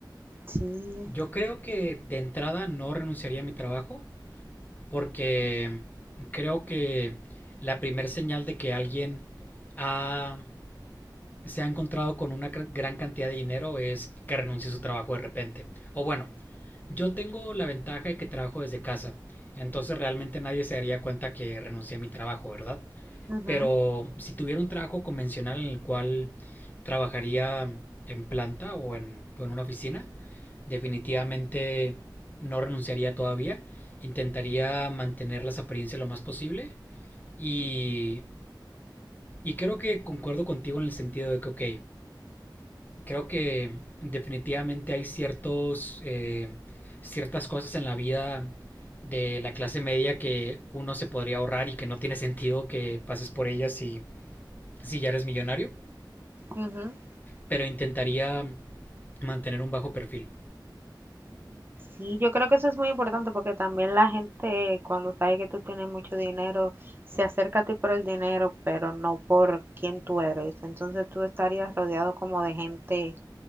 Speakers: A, on the right (about 25°); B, on the left (about 25°).
A: Sí.
B: Yo creo que de entrada no renunciaría a mi trabajo, porque creo que la primer señal de que alguien ha- se ha encontrado con una gran cantidad de dinero es que renuncie a su trabajo de repente. O bueno, yo tengo la ventaja de que trabajo desde casa, entonces realmente nadie se daría cuenta que renuncié a mi trabajo, ¿verdad?
A: ujú,
B: Pero si tuviera un trabajo convencional en el cual trabajaría en planta o en, o en una oficina, definitivamente no renunciaría todavía. Intentaría mantener las apariencias lo más posible. Y, y creo que concuerdo contigo en el sentido de que, ok, creo que definitivamente hay ciertos, eh, ciertas cosas en la vida de la clase media que uno se podría ahorrar y que no tiene sentido que pases por ellas si, si ya eres millonario.
A: ujú.
B: pero intentaría mantener un bajo perfil.
A: Sí, yo creo que eso es muy importante porque también la gente cuando sabe que tú tienes mucho dinero se acerca a ti por el dinero, pero no por quién tú eres. Entonces tú estarías rodeado como de gente